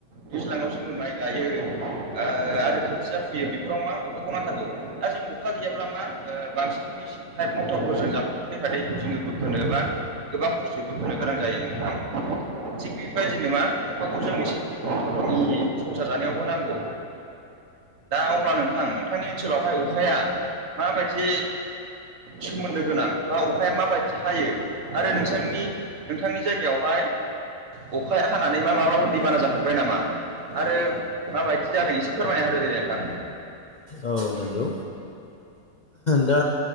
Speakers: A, on the right (about 55°); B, on the left (about 75°).
A: दैज्लाङाव जोङो माइ गायो आ आरो खोथिया फुयो बेफोराव मा अखाखौ नांथारगौ दा जों अखा अखा गैयाब्ला मा बांसिन मेसिन पाइप मटरफोर जों जाम्फैफोरनिफ्राय दैखौ जोङो बोखोनो बा गोबां खस्थ'यबो बोखोनो गोनां जायो नोंथां थिग बेबायदिनो मा अखाखौ जों एसे आनि संसार जानायावबो नांगौ। दा अब्ला नोंथां नोंथांनि ओनसोलावहाय अखाया माबायदि? सोमोन्दो गोनां बा अखाया माबायदि हायो आरो नोंसोरनि नोंथांनि जायगायावहाय अखाया हानानै मा माब्लाबफोर दैबाना जाफेरबाय नामा? आरो माबायदि जादों एसे फोरमायना होदो दे दे नोंथां?
B: औ नोंगौ। दा